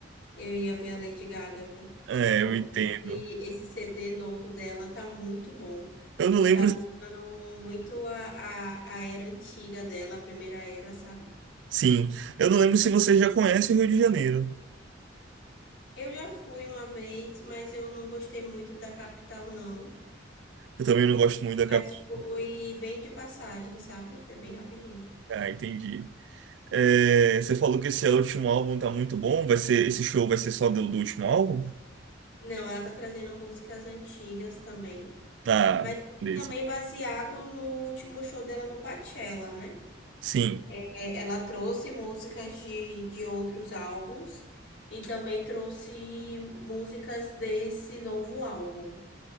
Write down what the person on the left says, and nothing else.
eu ia ver a Lady Gaga, viu?
Porque
esse, esse CD novo dela tá muito bom.
Tá lembrando muito a, a, a era antiga dela, a primeira era, sabe?
Eu já fui uma vez, mas eu não gostei muito da capital, não.
Mas
foi bem de passagem, sabe? Foi bem rapidinho.
Não, ela tá trazendo músicas antigas também.
Mas
também baseado no último show dela no Coachella, né?
É, ela trouxe músicas de, de outros álbuns e também trouxe músicas desse novo álbum.